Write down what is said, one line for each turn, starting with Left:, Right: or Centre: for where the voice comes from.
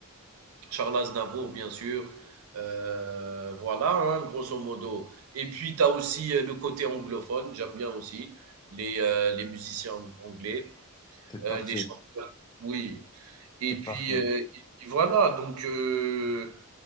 Right: Charles Aznavour, bien sûr, heu, voilà, hein, grosso modo et puis tu as aussi, heu, le côté anglophone, j'aime bien aussi les, heu, les musiciens ang anglais,
Left: T'es parfait.
Right: heu, les chanteurs oui et
Left: T'es parfait.
Right: puis, heu et puis voilà donc heu,